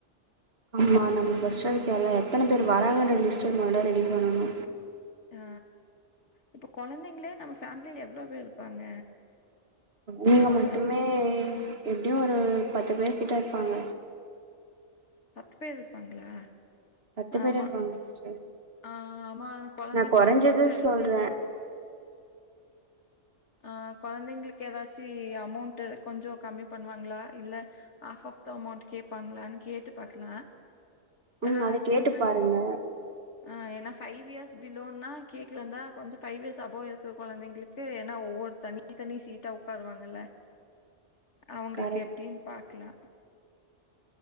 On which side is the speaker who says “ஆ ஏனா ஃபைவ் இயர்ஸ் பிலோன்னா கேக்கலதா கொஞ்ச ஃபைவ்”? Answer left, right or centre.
Left